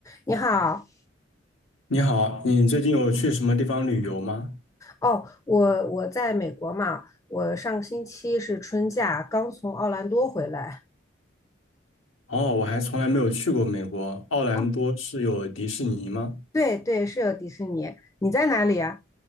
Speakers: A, on the left; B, on the left.
A: 你好，
B: 你好，你最近有去什么地方旅游吗？
A: 哦，我我在美国嘛，我上星期是春假，刚从奥兰多回来。
B: 哦，我还从来没有去过美国，奥兰多是有迪士尼吗？
A: 哦，对对，是有迪士尼。你在哪里啊？